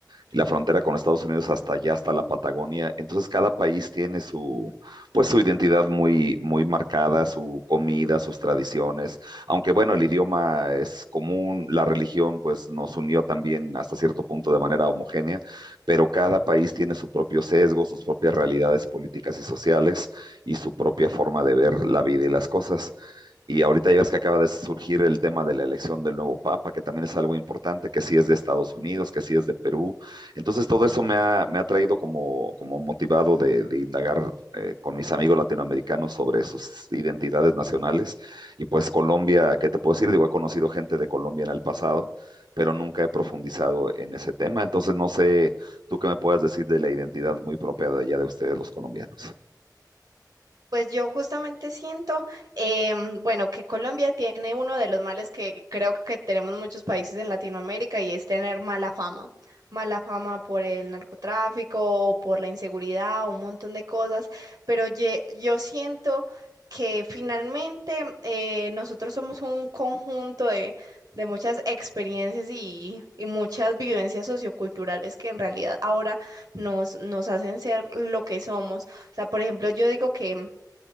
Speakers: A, on the right; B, on the right.
A: y la frontera con Estados Unidos hasta allá, hasta la Patagonia. Entonces cada país tiene su, pues su identidad muy, muy marcada, su comida, sus tradiciones aunque bueno, el idioma es común, la religión pues nos unió también hasta cierto punto de manera homogénea, pero cada país tiene su propio sesgo, sus propias realidades políticas y sociales y su propia forma de ver la vida y las cosas. Y ahorita ya ves que acaba de surgir el tema de la elección del nuevo Papa, que también es algo importante, que sí es de Estados Unidos, que sí es de Perú. Entonces todo eso me ha, me ha traído como, como motivado de, de indagar eh, con mis amigos latinoamericanos sobre sus identidades nacionales y pues Colombia, ¿qué te puedo decir? Digo, he conocido gente de Colombia en el pasado, pero nunca he profundizado en ese tema. Entonces no sé tú qué me puedas decir de la identidad muy propia de allá de ustedes los colombianos.
B: Pues yo justamente siento, em, bueno, que Colombia tiene uno de los males que creo que tenemos muchos países en Latinoamérica y es tener mala fama. Mala fama por el narcotráfico, por la inseguridad, un montón de cosas, pero ye- yo siento que finalmente eh, nosotros somos un conjunto de, de muchas experiencias y, y muchas vivencias socioculturales que en realidad ahora nos, nos hacen ser lo que somos. O sea, por ejemplo, yo digo que